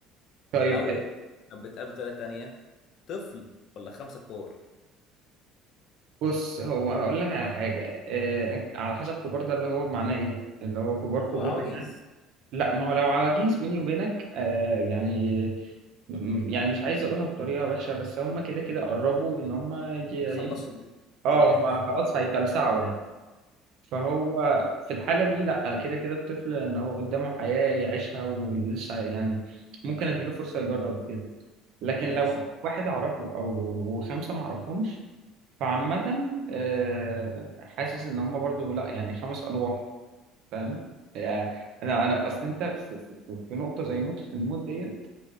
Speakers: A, on the right (about 55°); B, on the left (about 45°).
A: طيب
B: او كان بيتقال بطريقه تانية طفل ولا خمسه كبار
A: بص هو هقول لك على حاجة إيه على حسب كبار ده اللي هو بمعناه ايه اللي هو كبار كبار
B: كبار عواجيز
A: يعني لا ما هو لو عواجيز بيني وبينك آه يعني م- يعني مش عايز اقولها بطريقة وحشة بس هم كده كده قربوا ان هم ي-
B: خلصوا
A: يبقوا اه
B: الدنيا
A: هم خلاص هيفلسعوا يعني فهو في الحالة دي لا كده كده الطفل ان هو قدامه حياة يعيشها ولسه يعني ممكن اديله فرصة يجرب كده لكن
B: <laughs> ماشي
A: لو واحد اعرفه او وخمسة ما اعرفهمش فعامة آه، حاسس ان هم برضو لا يعني خمس ارواح فاهم يعني انا انا اصل انت في, في, في في نقطة زي نقطة الموت ديت